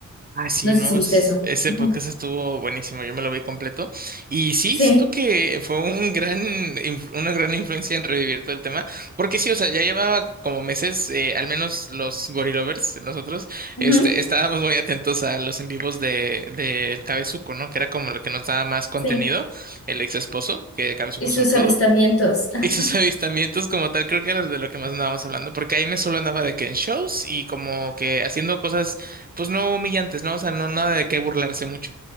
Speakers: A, on the right (about 30°); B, on the left (about 50°).
A: Ah, sí,
B: No
A: no,
B: sé si viste
A: es-
B: eso.
A: ese
B: Ujú.
A: podcast estuvo buenísimo, yo me lo vi completo. Y sí,
B: Sí,
A: siento que fue un gran, inf- una gran influencia en revivir todo el tema, porque sí, o sea, ya llevaba como meses, eh, al menos los Gorilovers, nosotros,
B: ujú,
A: este, estábamos muy atentos a los en vivos de, del Cabezuco, ¿no? Que era como lo que nos daba más contenido,
B: sí.
A: el ex esposo, que Cabezuco
B: Y
A: es
B: sus
A: su apodo.
B: avistamientos. <laughs>
A: Y sus <laughs> avistamientos como tal creo que era de lo que más andábamos hablando, porque ahí me solo andaba de que en shows y como que haciendo cosas pues no humillantes, ¿no? O sea, no nada de qué burlarse mucho.